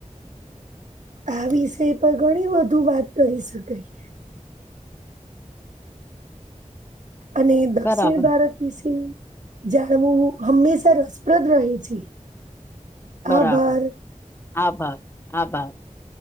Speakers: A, on the right; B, on the left.
A: આ વિષય પર ઘણી બધુ વાત કરી શકાય. અને દક્ષિણ
B: બરાબર
A: ભારત વિશે જાણવું હંમેશા રસપ્રદ રહી છે
B: બરાબર
A: આભાર.
B: આભાર આભાર.